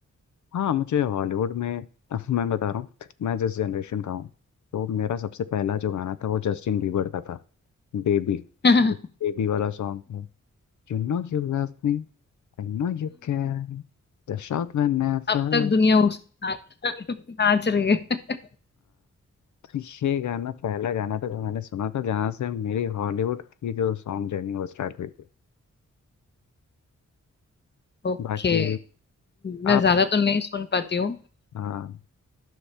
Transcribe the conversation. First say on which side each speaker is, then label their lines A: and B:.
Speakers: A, on the left; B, on the left.
A: हाँ मुझे हॉलीवुड में <laughs> मैं बता रहा हूँ मैं जिस जनरेशन का हूँ तो मेरा सबसे पहला जो गाना था वो जस्टिन बीबर का था बेबी
B: <laughs> हम्म
A: तो बेबी वाला सॉन्ग था you know you love me I know you care the shout whenever.
B: अब तक दुनिया उस <laughs> नाच नाच रही है
A: तो ये गाना पहला गाना तो मैंने सुना था जहाँ से मेरी हॉलीवुड की जो सॉन्ग जर्नी वो स्टार्ट हुई थी
B: ओके
A: बाकी
B: मैं
A: आप
B: ज्यादा तो नहीं सुन पाती हूँ
A: हाँ